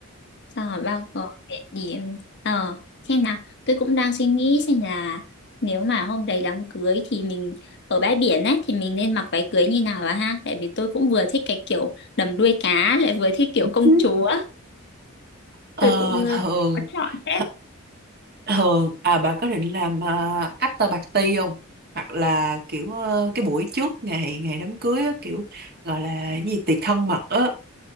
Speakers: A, on the left; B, on the right.
A: Xong rồi bao gồm địa điểm. Ờ, xem nào, tôi cũng đang suy nghĩ xem là nếu mà hôm đấy đám cưới thì mình ở bãi biển ấy thì mình nên mặc váy cưới như nào bà ha? Tại vì tôi cũng vừa thích cái kiểu đầm đuôi cá lại vừa thích kiểu công
B: Ừ.
A: chúa.
B: Ờ,
A: Tôi cũng ờ,
B: thường
A: có chọn hết.
B: th- thường à bà có định làm uh, after party không hoặc là kiểu ờ, cái buổi trước ngày ngày đám cưới á, kiểu gọi là cái gì tiệc thân mật á